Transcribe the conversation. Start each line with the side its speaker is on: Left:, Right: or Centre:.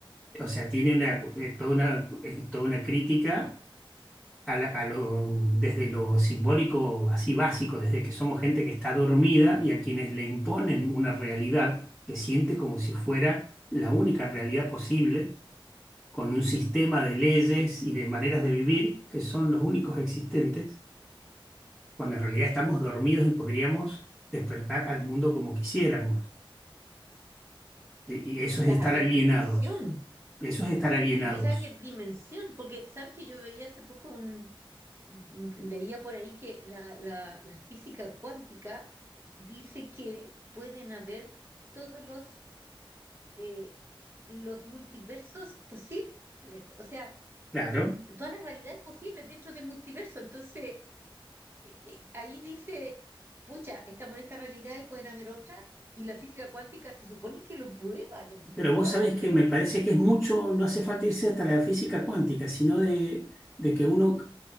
Centre: O sea, tiene una,
Right: buenísima.
Centre: eh, toda una, eh, toda una crítica a la- a lo, desde lo simbólico, así básico, desde que somos gente que está dormida y a quienes le imponen una realidad que siente como si fuera la única realidad posible, con un sistema de leyes y de maneras de vivir que son los únicos existentes, cuando en realidad estamos dormidos y podríamos despertar al mundo como quisiéramos. Y
Right: ¿Y
Centre: y eso
Right: quizás
Centre: es estar
Right: a qué
Centre: alienados.
Right: dimensión?
Centre: Eso es estar alienados.
Right: Y quizá qué dimensión, porque sabes que yo veía hace poco un, mm, leía por ahí que la, la, la física cuántica dice que pueden haber todos los, eh, los multiversos posibles, o sea,
Centre: Claro.
Right: que todas las realidades posibles dentro del multiverso. Entonces, eh, eh, ahí dice, pucha, estamos en esta realidad y pueden haber otra, y la física cuántica se supone que lo prueba, yo no sé
Centre: Pero
Right: cómo
Centre: vos
Right: lo hacen,
Centre: sabés que
Right: pero
Centre: me parece que es mucho, no hace falta irse hasta la física cuántica, sino de, de que uno,